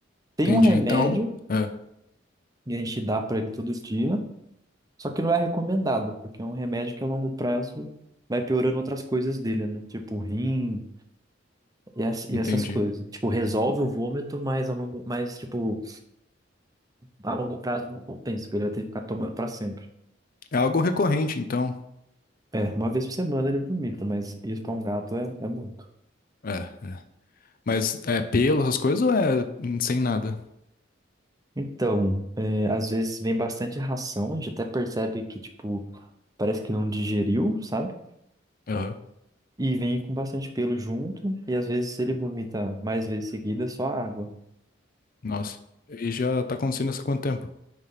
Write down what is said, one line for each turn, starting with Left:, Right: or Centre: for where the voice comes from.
Right: Tem
Left: Entendi.
Right: um remédio
Left: Então. É,
Right: que a gente dá pra ele todo dia. Só que não é recomendado, porque é um remédio que a longo prazo vai piorando outras coisas dele, né? Tipo rim e, as- e
Left: entendi.
Right: essas coisas. Tipo, resolve o vômito, mas a longo, mas tipo, a longo prazo não compensa, porque ele vai ter que ficar tomando pra sempre.
Left: É algo recorrente, então.
Right: É, uma vez por semana ele vomita, mas isso pra um gato é, é muito.
Left: É, é. Mas é pelo, essas coisas ou é hum, sem nada?
Right: Então, é, às vezes vem bastante ração, a gente até percebe que, tipo, parece que não digeriu, sabe?
Left: Aham.
Right: E vem com bastante pelo junto, e às vezes ele vomita mais vezes seguida, é só água.
Left: Nossa. E já tá acontecendo isso há quanto tempo?